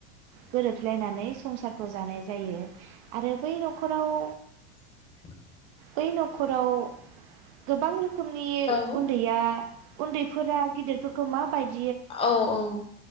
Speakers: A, on the right; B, on the left.
A: गोरोबज्लायनानै संसारखौ जानाय जायो आरो बै न'खराव
B: <inaudible>
A: बै न'खराव गोबां रो खोमनि
B: औ
A: उन्दैया उन्दैफोरा गिदिरफोरखौ मााबायदि
B: औ औ